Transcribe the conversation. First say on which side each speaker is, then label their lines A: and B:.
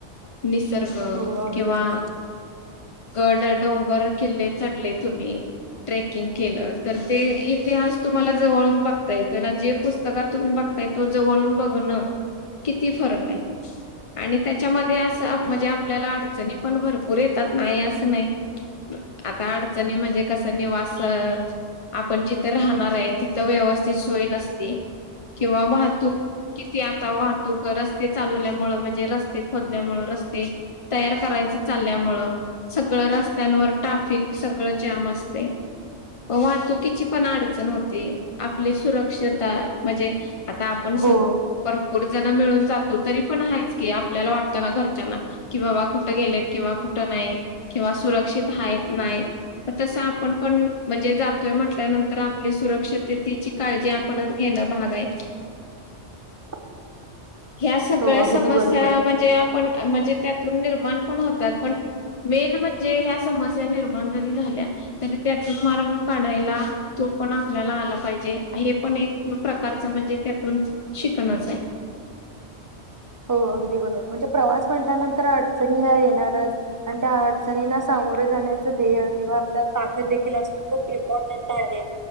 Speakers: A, on the left; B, on the right.
A: निसर्ग
B: हो अगदी
A: किंवा
B: बरोबर
A: गड, डोंगर, किल्ले चढले तुम्ही ट्रेकिंग केलं, तर ते इतिहास तुम्हाला जवळून बघता येत ना जे पुस्तकात तुम्ही बघ बगताय तो जवळून बघनं किती फरकय आणि त्याच्यामध्ये असं आप म्हणजे आपल्याला अडचणी पण भरपूर येतात नाही असं नाही. आता अडचणी म्हणजे कसं निवास अ आपण जिथं राहणार आहे तिथं व्यवस्थित सोय नसती. किंवा वाहतूक किती आता वाहतूक रस्ते चालवल्यामुळे म्हणजे रस्ते खोदल्यामुळे रस्ते तयार कराय चचालल्यामुळं, सगळं रस्त्यांवर ट्राफिक सगळं जाम असतंय. वाहतुकीची पण अडचण होती, आपली सुरक्षता म्हणजे आता आपण स
B: हो
A: परपूर ज मिळून जातो तरी पण आहेच की, आपल्याला वाटतं ना घरच्यांना कि बाबा कुठं गेलेत, किंवा कुठ नाही किंवा सुरक्षित आहेत नाहीत तस आप आपण पण म्हणजे जातोय म्हटल्यानंतर आपली सुरक्षितते ची काळजी आपणच घेणं भाग आहे
B: <inaudible>
A: ह्या सगळ्या
B: हो अगदी
A: समस्या
B: बरोबर
A: म्हणजे आपण म्हणजे त्यात निर्माण पण होतात पण मेन म्हणजे ह्या समस्या निर्माण जरी झाल्या तरी त्यातून मार्ग काढायला, तो पण आपल्याला आला पाहिजे, हे पण एक प्रकारच म्हणजे त्यातून शिकणच आहे
B: <inaudible> हो अगदी बरोबर म्हणजे प्रवास म्हटल्यानंतर अडचणी या येणारच आणि त्या अडचनीना सा मोर जाण्याच ध्येय किंवा आपल्यात ताकद देखील असण खुप इम्पॉर्टट आहे